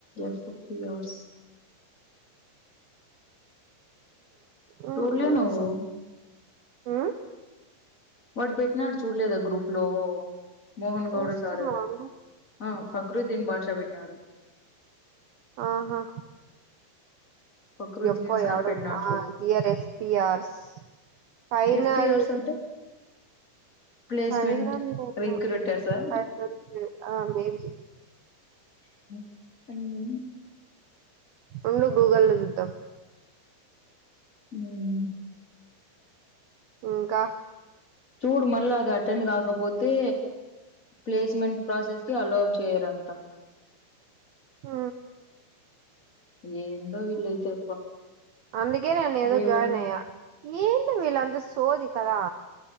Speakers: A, on the left; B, on the right.
A: ఎఫ్ ఫర్ ఫ్యర్స
B: ఊమ్
A: చూడలే
B: ఉఉ
A: నువ్వు
B: అ
A: వడు పెట్టినాడు చూడ్లేదా గ్రప్ లో మోహన్
B: చూస్తున్నాను
A: గౌడ సారు ఆ ఫక్రద్దీన్ భాష పెట్టినాడు.
B: ఆహా!
A: ఫక్రుద్దీన్
B: ఎప్ప యాడున్నార్
A: సార్ పెట్టినాడు చూడు
B: dear F P R final
A: FPRs అంటే ప్లేస్మెంట్
B: ఫైనల్ ఏమో
A: రిక్రూటర్సా
B: ఫైనల్ ఆ మేబి
A: మ్
B: ఉండు గూగల్ లో చుద్దాం
A: మ్
B: ఇంకా
A: చూడు మళ్ళా అది అటెండ్ కాకపోతే ప్లేస్మెంట్ ప్రాసెస్ కి అలవ్ చేయరంట
B: మ్
A: ఏందో వీళ్లైతే అబ్బా
B: అందుకే నేను ఏదో
A: ఏమేమో
B: జాయిన్ అయ్యా
A: చే
B: ఏంటో వీళ్ళు అంతా సోది కదా